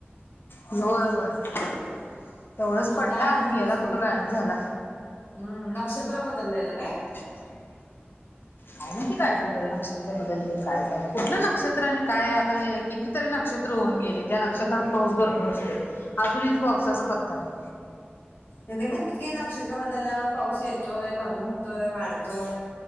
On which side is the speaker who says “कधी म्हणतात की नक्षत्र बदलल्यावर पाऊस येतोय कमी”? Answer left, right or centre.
Left